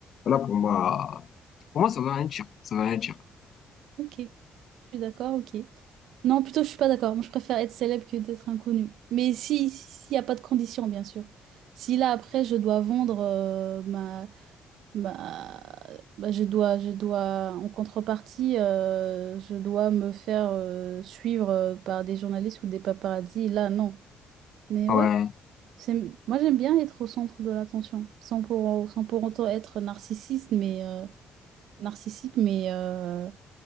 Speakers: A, on the left (about 60°); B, on the right (about 80°).
A: voilà, pour moi, pour moi, ça veut rien dire. Ça veut rien dire.
B: Ok. Je suis d'accord, ok. Non, plutôt, je suis pas d'accord. Moi, je préfère être célèbre que d'être inconnu. Mais si, s'il n'y a pas de condition, bien sûr. Si là, après, je dois vendre euh, ma, ma... bah, je dois, je dois, en contrepartie, euh, je dois me faire euh, suivre euh, par des journalistes ou des paparazzis, là, non. Mais
A: Ouais.
B: ouais. C'est- Moi, j'aime bien être au centre de l'attention, sans pour, sans pour autant être narcissiste, mais euh, narcissique, mais euh,